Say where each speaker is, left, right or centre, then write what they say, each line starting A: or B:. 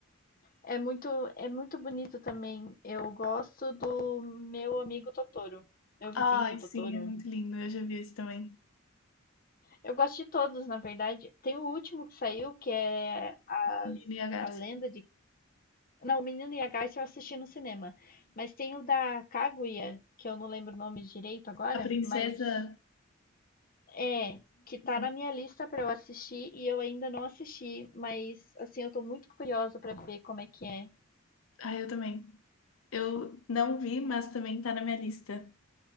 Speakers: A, on the left; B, on the left.
A: É muito, é muito bonito também. Eu gosto do meu amigo Totoro, meu vizinho
B: Ai,
A: Totoro.
B: sim, é muito lindo. Eu já vi esse também.
A: Eu gosto de todos, na verdade. Tem o último que saiu, que é as,
B: Lina e a Garça.
A: a lenda de. Não, o Menino e a Garça eu assisti no cinema. Mas tem o da Kaguya, que eu não lembro o nome direito agora,
B: A princesa.
A: mas é, que tá
B: hum,
A: na minha lista pra eu assistir e eu ainda não assisti. Mas, assim, eu tô muito curiosa pra ver como é que é.
B: Ah, eu também. Eu não vi, mas também tá na minha lista.